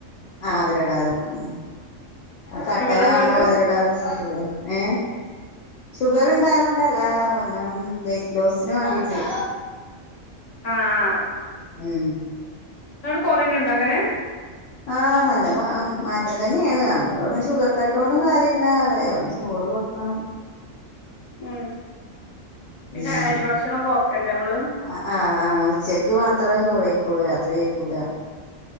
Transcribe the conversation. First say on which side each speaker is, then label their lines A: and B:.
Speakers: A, on the left; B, on the left.
A: ആ മധുരടാതെ കുടിക്കും കട്ടനാകുമ്പോ
B: ഷുഗർ ഇണ്ട് ഇങ്ങട്ട്
A: മധുരടാതെ <unintelligible> ഏ ഷുഗർ ഇണ്ടായത് കൊണ്ടല്ല ഒന്ന് വെയ്റ്റ് ലോസിന് വേണ്ടീട്ട്
B: ആഹ് ആഹ്
A: ഉം
B: എന്നിട്ട് കൊറയുന്നുണ്ടോ അങ്ങനെ
A: ആഹ് നല്ല മാറ്റം തന്നെയാണ് നമ്മള് പറഞ്ഞ ഷുഗർ കട്ട് കൊണ്ടും കാര്യമില്ല <unintelligible> വർക്കണം
B: ഉം പിന്നെ
A: ഉം
B: അരി ഭക്ഷണൊക്കെ ഓർക്കണ്ടേ നമ്മള്
A: ആഹ് ആഹ് ഉച്ചക്ക് വർ അത്ര ചോറ് കഴിക്കുള്ളൂ രാത്രി കഴിക്കൂല